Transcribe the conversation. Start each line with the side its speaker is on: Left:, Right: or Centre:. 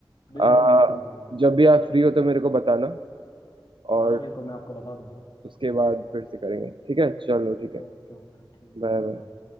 Left: बिल्कुल
Right: आ,
Left: बिल्कुल हाँ
Right: जब भी आप फ्री हो तो मेरे को बताना और
Left: हाँ बिल्कुल मैं आपको बता दूंगा
Right: उसके बाद फिर से करेंगे ठीक है चलो ठीक है
Left: ओके ओके ठीक
Right: Bye
Left: है
Right: bye
Left: बाय